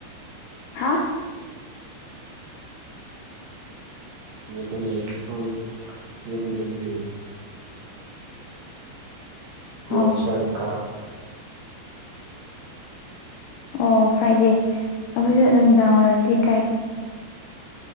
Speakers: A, on the left; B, on the right.
A: ꯍꯥ
B: ꯑꯩꯈꯣꯏꯒꯤ ꯁꯨꯝ ꯌꯨꯝ ꯂꯩ ꯂꯩ ꯂꯁꯪ
A: ꯑꯣ
B: ꯀꯥ
A: ꯑꯣ ꯐ꯭ꯔꯥꯏꯗꯦ ꯑꯩꯈꯣꯏꯁꯨ ꯅꯨꯅꯨꯡꯗꯥꯡ ꯋꯥꯏꯔꯝꯗꯤ ꯀꯥꯏ